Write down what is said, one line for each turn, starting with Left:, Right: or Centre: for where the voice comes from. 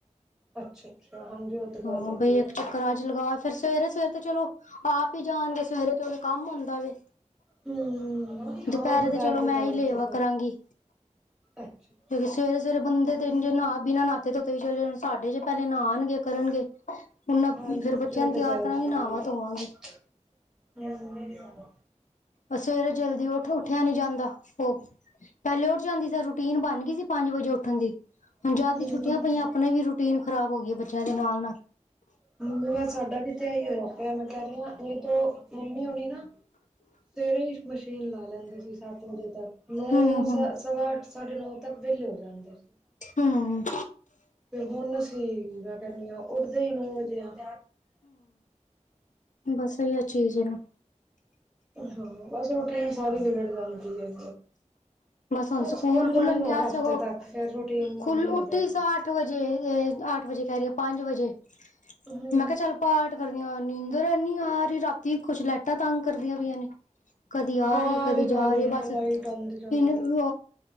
Centre: ਅੱਛਾ-ਅੱਛਾ ਹਾਂਜੀ। ਤਾਂ ਗੱਲ
Left: ਹਾਂ
Centre: ਹੈਗੀ
Left: ਬਈ
Centre: ਹੈ
Left: ਇੱਕ ਚੱਕਰਾ
Centre: ਜੀ।
Left: ਚ ਲਗਾ ਕੇ, ਫੇਰ ਸਵੇਰੇ- ਸਵੇਰੇ ਤੇ ਚਲੋ। ਆਪ ਹੀ ਜਾਣਗੇ ਸਵੇਰੇ ਥੋੜਾ ਕੰਮ ਹੁੰਦਾ ਵੇ।
Centre: ਹੂੰ, ਹਾਂ
Left: ਦੁਪਹਿਰੇ
Centre: ਦੁਪਹਿਰ
Left: ਤੇ ਚਲੋ
Centre: ਦੇ
Left: ਮੈਂ
Centre: ਟੈਮ
Left: ਹੀ ਲੇਵਾ
Centre: ਤੇ ਫਿਰ
Left: ਕਰਾਂਗੀ
Centre: ਅੱਛਾ
Left: ਕਿਉਂਕਿ ਸਵੇਰੇ-ਸਵੇਰੇ ਬੰਦੇ ਤੇੇ ਨਾ ਬਿਨਾਂ ਨਾਤੇ ਧੋਤੇ ਵੀ ਚਲੇ ਜਾਣ ਸਾਡੇ ਜੇ ਪਹਿਲੇ ਨਾਣ ਗੇ ਕਰਨਗੇ। ਹੁਣ
Centre: ਹਾਂਜੀ-ਹਾਂਜੀ
Left: ਫੇਰ ਬੱਚਿਆਂ
Centre: ਉਹ
Left: ਨੂੰ
Centre: ਤੇ
Left: ਤਿਆਰ
Centre: ਗੱਲ
Left: ਕਰਾਂਗੇ
Centre: ਸਹੀ
Left: ਨਹਾਵਾਂ
Centre: ਐ,
Left: ਧੋਵਾਂਗੇ
Centre: ਹੂੰ
Left: ਪਰ ਸਵੇਰੇ ਜਲਦੀ ਉਠੋ ਉੱਠਿਆ ਨੀ ਜਾਂਦਾ ਉਹ ਪਹਿਲੇ ਉੱਠ ਜਾਂਦੀ ਸੀ ਰੂਟੀਨ ਬਣ ਗਈ ਸੀ, ਪੰਜ ਵਜੇ ਉੱਠਣ ਦੀ ਹੁਣ ਜਦ
Centre: ਹੂੰ-ਹੂੰ।
Left: ਦੀ ਛੁੱਟੀਆਂ ਪਈਆਂ ਆਪਣੇ ਵੀ ਰੂ ਰੁਟੀਨ ਖਰਾਬ ਹੋ ਗਈ ਐ ਬੱਚਿਆਂ ਦੇ ਨਾਲ ਨਾਲ।
Centre: ਹੂੰ ਮੈਂ ਸਾਡਾ ਵੀ ਤੇ ਹੀ ਹੋਇਆ ਪਿਆ ਮੈਂ ਕਹਿ ਰਹੀ ਆ ਨਹੀਂ ਤੋ ਮੰਮੀ ਹੋਣੀ ਨਾ ਸਵੇਰੇ ਈ ਮਸ਼ੀਨ ਲਾ ਲੈਂਦੇ ਸੀ ਸੱਤ ਵਜੇ ਤੱਕ ਨੌ
Left: ਹੂੰ ਹੂੰ
Centre: ਸ- ਸਵਾ ਅੱਠ ਸਾਢੇ ਨੌ ਤੱਕ ਵਿਲੇ ਹੋ ਜਾਂਦੇ ਸੀ।
Left: ਹੂੰ।
Centre: ਤੇ ਹੁਨ ਅਸੀ ਕਰਨੀ ਆ ਉੱਠਦੇ ਈ ਨੌ ਵਜੇ ਆ।
Left: ਬੱਸ ਏਹੀਓ। ਚੀਜ ਨੂੰ।
Centre: ਹਾਂ ਬਸ ਓ ਰੂਟੀਨ ਸਾਰੀ ਬੀਰੜ ਜਾਂਦੀ ਐ।
Left: ਹੁਣ
Centre: ਬਸ
Left: ਸਕੂਲ
Centre: ਖੁਲ
Left: ਖੁੱਲਣ
Centre: ਜਣੇ ਨੇ
Left: ਗਿਆ
Centre: ਹੋਰ ਹਫ਼ਤੇ
Left: ਸਗੋਂ
Centre: ਤੱਕ ਫੇਰ ਰੂਟੀਨ
Left: ਖੁੱਲ
Centre: ਓਵੇ
Left: ਉੱਠੀ
Centre: ਈ ਹੋ ਜਾਏਗੀ।
Left: ਸਾਂ ਅੱਠ ਵਜੇ ਅੱਠ ਵਜੇ ਕੇ ਰੀ ਆ ਪੰਜ ਵਜੇ।
Centre: ਹੂੰ।
Left: ਮੈਂ ਕਯਾ ਚੱਲ ਪਾਠ ਕਰਨੀ ਆ ਓ ਨੀਂਦਰ ਏਨੀ ਆ ਰੀ ਰਾਤੀ ਕੁਛ ਲੇਟਾ ਤੰਗ ਕਰਦੀਆਂ ਪਈਆਂ ਨੇ। ਕਦੀ ਆ
Centre: ਹਾਂ
Left: ਰੀ ਏ ਕਦੀ
Centre: ਇਹ ਵੀ
Left: ਜਾ
Centre: ਗੱਲ
Left: ਰੀ ਏ
Centre: ਨਾ
Left: ਬਸ।
Centre: ਲਾਈਟ ਆਉਂਦੀ
Left: ਇਹਨੂੰ
Centre: ਜਾਂਦੀ